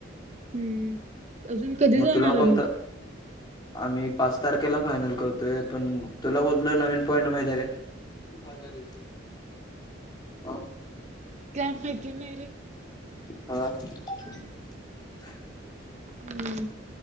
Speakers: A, on the right; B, on the left.
A: हम्म अजून कधी जाणार
B: तुला कोणता
A: ए मग?
B: आम्ही पाच तारखेला फायनल करतोय पण, तुला बदल नवीन पॉईंट माहिते काय? तुम्ही बऱ्याय <unintelligible> <unintelligible>
A: काय माइती नई रे.
B: हां
A: हम्म,